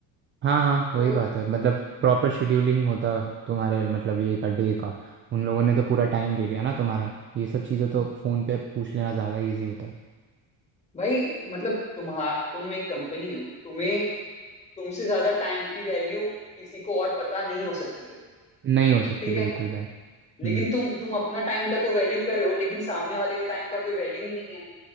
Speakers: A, on the right (about 30°); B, on the left (about 15°).
A: हाँ हाँ
B: तो
A: वही बात है मतलब प्रॉपर शेड्यूलिंग होता तुम्हारे मतलब ये का डे का उन लोगों ने तो पूरा टाइम ले लिया ना तुम्हारा ये सब चीज़ें तो फ़ोन पे पूछ लेना ज़्यादा इजी होता है
B: भाई मतलब तुम्हारा तुम एक कंपनी हो तुम्हें तुमसे ज्यादा टाइम की वैल्यू किसी को और पता नहीं हो सकती है
A: नहीं हो सकती
B: ठीक
A: बिल्कुल
B: है
A: भाई हम्म
B: लेकिन तुम तुम अपना टाइम का तो वैल्यू कर रहे हो लेकिन सामने वाले के टाइम का कोई वैल्यू ही नहीं है